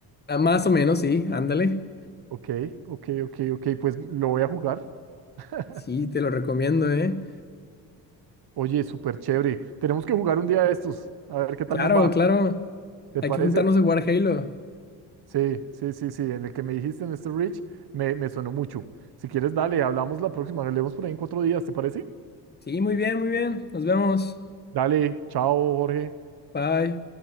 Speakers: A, on the left; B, on the right.
A: ah, más o menos, sí, ándale.
B: Ok, ok, ok, ok, pues lo voy a jugar. <laughs>
A: Sí, te lo recomiendo, ¿eh?
B: Oye, súper chévere. Tenemos que jugar un día de estos, a ver qué tal
A: Claro,
B: nos va.
A: claro.
B: ¿Te
A: Hay
B: parece?
A: que juntarnos a jugar Halo.
B: Sí, sí, sí, sí. En el que me dijiste en este Rich me, me sonó mucho. Si quieres, dale, hablamos la próxima. Nos vemos por ahí en cuatro días, ¿te parece?
A: Sí, muy bien, muy bien. Nos vemos.
B: Dale, chao, Jorge.
A: Bye.